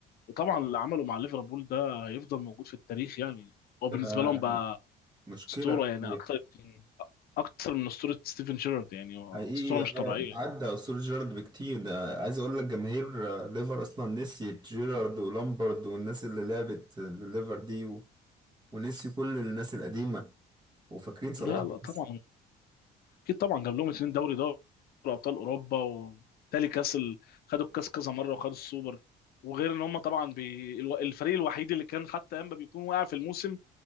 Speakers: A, on the left; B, on the right.
A: وطبعا اللي عمله مع ليفربول ده هيفضل موجود في التاريخ يعني هو
B: ده
A: بالنسبه لهم بقى
B: مشكلة
A: اسطوره يعني
B: كبيرة.
A: اكتر اكتر من اسطوره ستيفن شيرارد يعني هو
B: حقيقي
A: اسطوره مش طبيعيه
B: اه عدى أسطورة جيرارد بكتير ده عايز أقول لك جماهير آه، ليفر أصلا نسيت جيرارد ولامبرد والناس اللي لعبت ليفر دي و- ونسيوا كل الناس القديمة وفاكرين صلاح
A: لا لا طبعا
B: بس
A: اكيد طبعا جاب لهم اتنين دوري دوري ابطال اوروبا وتالي كاس ال... خدوا الكاس كذا مره وخدوا السوبر وغير ان هم طبعا بي... الو- الفريق الوحيد اللي كان حتى اما بيكون واقع في الموسم